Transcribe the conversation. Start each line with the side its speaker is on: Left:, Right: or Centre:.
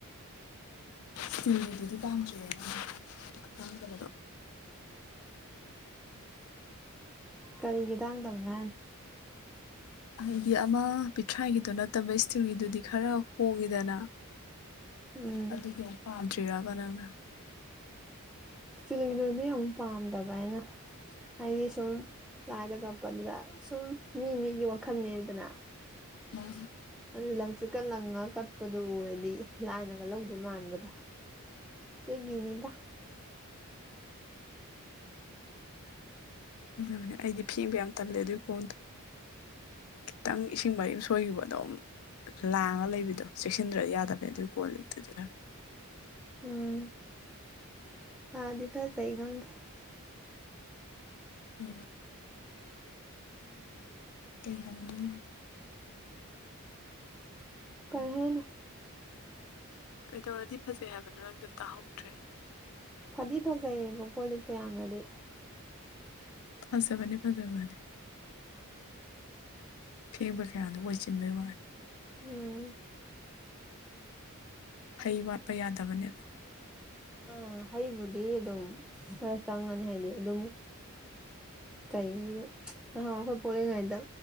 Left: ꯏꯁꯇꯤꯜꯒꯤꯗꯨꯗꯤ ꯄꯥꯝꯗ꯭ꯔꯤꯦꯅ ꯑꯇꯥꯡ ꯀꯩꯅꯗꯣ
Centre: ꯀꯔꯤꯒꯤ ꯇꯥꯡꯗꯕꯅꯤ ꯍꯥꯏꯅ
Left: ꯍꯥꯏꯗꯤ ꯑꯃ ꯄꯤꯊ꯭ꯔꯥꯒꯤꯗꯣ ꯅꯠꯇꯕ ꯏꯁꯇꯤꯜꯒꯤꯗꯨꯗꯤ ꯈꯔ ꯍꯣꯡꯉꯤꯗꯅ
Centre: ꯎꯝ
Left: ꯑꯗꯨꯒꯤ ꯑꯃ ꯄꯥꯝꯗ꯭ꯔꯕ ꯅꯪꯅ
Centre: ꯆ ꯆ ꯂꯩꯗꯅꯦ ꯌꯥꯝꯨꯛ ꯄꯥꯝꯗꯕ ꯍꯥꯏꯅ ꯍꯥꯏꯗꯤ ꯁꯨꯝ ꯂꯥꯏꯗ ꯀꯞꯄꯗꯨꯗ ꯁꯨꯝ ꯃꯤ ꯃꯤꯒꯤ ꯋꯥꯈꯜꯅꯦꯗꯅ
Left: ꯃꯥ
Centre: ꯑꯗꯨ ꯂꯪꯇ꯭ꯔꯤꯛꯀ ꯂꯪꯉꯒ ꯀꯠꯄꯗꯨꯣ ꯎꯔꯗꯤ ꯂꯥꯏꯅꯒ ꯂꯧꯗꯧ ꯃꯥꯟꯕꯗꯣ ꯇꯒꯅꯤꯗ
Left: ꯕꯅꯦ ꯑꯩꯗꯤ ꯐꯦꯡꯕ ꯌꯥꯝ ꯇꯝꯂꯦ ꯑꯗꯨꯒꯤ ꯀꯣꯟꯗꯣ ꯈꯤꯇꯪ ꯏꯁꯤꯡ ꯃꯔꯤ ꯁꯣꯏꯈꯤꯕꯗꯣ ꯑꯃ ꯂꯥꯡꯉꯒ ꯂꯩꯕꯤꯗꯣ ꯆꯦꯛꯁꯤꯟꯗ꯭ꯔꯗꯤ ꯌꯥꯗꯕꯅꯦ ꯑꯗꯨꯒꯤ ꯀꯣꯜ ꯂꯤꯛꯇꯨꯗꯤ ꯈꯔ
Centre: ꯎꯝ ꯑꯗꯤ ꯐꯖꯩ ꯈꯪꯗꯦ
Left: ꯎ
Centre: ꯎꯝ
Left: ꯀꯩꯍꯟꯗꯣ
Centre: ꯀꯩꯦꯅ
Left: ꯀꯩꯗꯧꯔꯗꯤ ꯐꯖꯩ ꯍꯥꯏꯕꯅꯣ ꯅꯪꯗꯣ ꯇꯥꯍꯧꯗ꯭ꯔꯦ
Centre: ꯐꯗꯤ ꯐꯖꯩꯌꯦꯕ ꯀꯣꯜ ꯂꯤꯛꯇꯣ ꯌꯥꯝꯅꯗꯤ
Left: ꯐꯖꯕꯅꯦ ꯐꯖꯕꯅꯦ
Centre: <unintelligible>
Left: ꯐꯦꯡꯕ ꯀꯌꯥꯗꯣ ꯑꯣꯏꯁꯤꯟꯕꯒꯤ ꯃꯥꯜꯂꯜꯂꯤ
Centre: ꯎꯝ
Left: ꯍꯩ ꯋꯥꯠꯄ ꯌꯥꯗꯕꯅꯦꯕ
Centre: ꯑ ꯍꯩꯕꯨꯗꯤ ꯑꯗꯨꯝ ꯈꯔ ꯆꯪꯉꯅꯤ ꯍꯥꯏꯗꯤ ꯑꯗꯨꯝ ꯀꯩ ꯑ ꯑꯩꯈꯣꯏ ꯄꯨꯣꯂꯉꯩꯗ